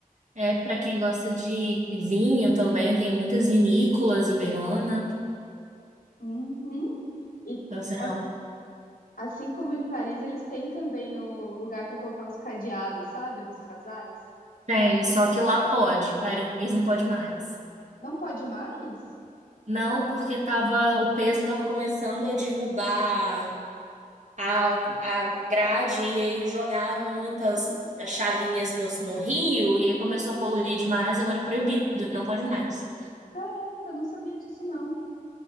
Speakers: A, on the right; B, on the left.
A: É, para quem gosta de vinho também, tem muitas vinícolas em Verona.
B: Uhum. E
A: Então, assim, é
B: a-
A: um-
B: assim como em Paris, eles têm também o lugar para colocar os cadeados, sabe, dos casais.
A: tem, só que lá pode, em Paris não pode mais.
B: Não pode mais?
A: Não, porque tava, o peso tava começando a derrubar a, a grade e aí jogavam muitas chavinhas no, no rio e aí começou a poluir demais, agora é proibido, não pode mais.
B: Caramba, não sabia disso não.